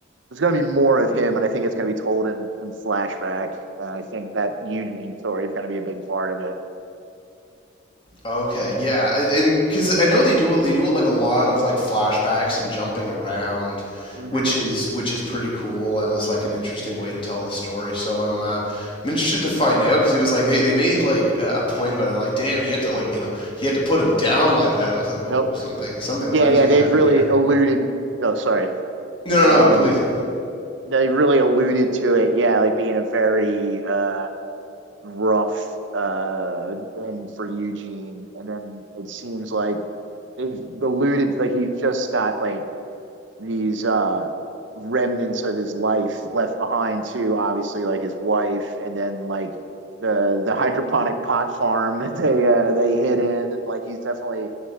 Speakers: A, on the right (about 70°); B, on the left (about 25°).
A: there's going to be more of him, and I think it's going to be told in, in flashback. And I think that Eugene story is going to be a big part of it.
B: Okay, yeah, and- because I know they do they do like a lot of like flashbacks and jumping around,
A: hmm
B: which is which is pretty cool, and it's like an interesting way to tell the story. So I'm uh, I'm interested to find out because it was like they, they made like a a point about it, like damn, and he had to like you know he had to put him down like that. I was like, oh,
A: Nope.
B: something something
A: Yeah,
B: crazy
A: yeah, they've
B: happened
A: really
B: here.
A: alluded. Oh, sorry.
B: No, no,
A: Um,
B: no, please.
A: they really alluded to it. Yeah, like being a very uh rough uh end for Eugene. And then it seems like they've alluded Like he's just got like these uh remnants of his life left behind too, obviously like his wife and then like the the hydroponic pot farm <laughs> that they uh they hid in and like he's definitely,